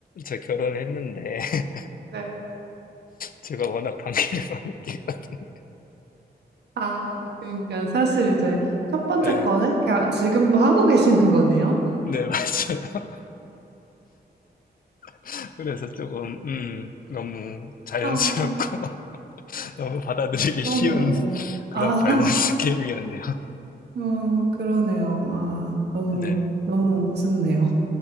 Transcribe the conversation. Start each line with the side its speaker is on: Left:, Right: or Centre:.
Left: 저 결혼했는데, <laughs>
Right: 네.
Left: 제가 워낙 반기를 많이 끼고, <laughs>
Right: 아, 그러니까 사실 이제 첫 번째
Left: 네.
Right: 거는 가- 지금도 하고 계시는 거네요.
Left: 네, 맞아요. <laughs> 그래서 조금, 음, 너무 자연스럽고,
Right: 아,
Left: <laughs> 너무 받아들이기
Right: 그러네요.
Left: 쉬운 그런
Right: 아, <laughs>
Left: 밸런스 게임이었네요. <laughs>
Right: 어, 그러네요. 아, 너무,
Left: 네.
Right: 너무 우습네요.